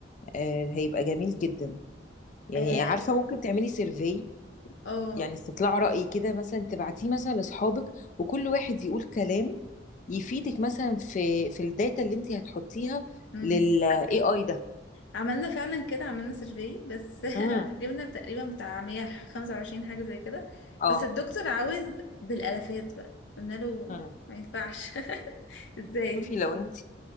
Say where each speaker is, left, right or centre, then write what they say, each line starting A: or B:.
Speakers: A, on the left; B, on the left.
A: آه هيبقى جميل جدا يعني
B: اه
A: عارفة ممكن تعملي سيرفي
B: آه،
A: يعني استطلاع رأي كده مثلا تبعتيه مثلا لاصحابك وكل واحد يقول كلام يفيدك مثلا في في الداتا اللي انت هتحطيها
B: أمم.
A: لل AI ده
B: عملنا فعلا كده عملنا سيرفي بس
A: امم
B: <laughs> جبنا تقريبا بتاع 125 حاجة زي كده
A: اه
B: بس الدكتور عاوز بالالافات بقى قلنا له
A: امم
B: ما ينفعش <laughs> ازاي
A: شوفي لو انت